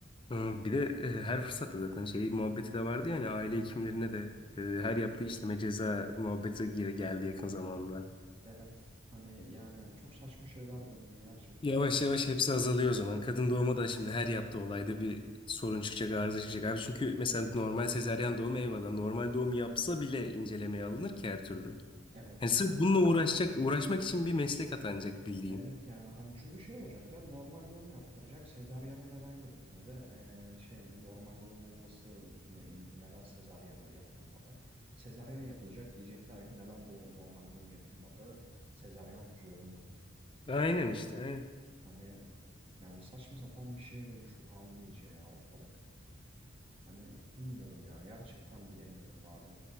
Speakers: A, on the left (about 25°); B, on the right (about 30°).
A: Hı, Bir de e, her fırsatta zaten şey muhabbeti de vardı yani aile hekimlerine de e, her yaptığı işleme ceza muhabbeti geri geldi yakın zamanda.
B: Evet hani yani çok saçma şeyler dönüyor gerçekten.
A: Yavaş yavaş hepsi azalıyor o zaman. Kadın doğuma da şimdi her yaptığı olayda bir sorun çıkacak, arıza çıkacak. Abi çünkü mesela normal sezaryen doğum eyvallah. Normal doğum yapsa bile incelemeye alınır ki her türlü.
B: Evet
A: Hani
B: yani
A: sırf bununla
B: hani
A: uğraşacak, uğraşmak için bir meslek atanacak bildiğin.
B: evet yani hani çünkü şey olacak ya normal doğum yaptıracak. Sezaryana neden götürmedi? Ee, şey mi normal doğum olması mı iyiydi? Neden sezaryana yapılmadı? Sezaryen yapılacak diyecekler ki neden doğu- normal doğum yapılmadı? Sezaryen zorunlu muydu?
A: Aynen işte. Aynen.
B: Hani yani saçma sapan bir şeye dönüştü kaldı iyice ya ortalık. Hani bilmiyorum ya gerçekten bilemiyorum bazen.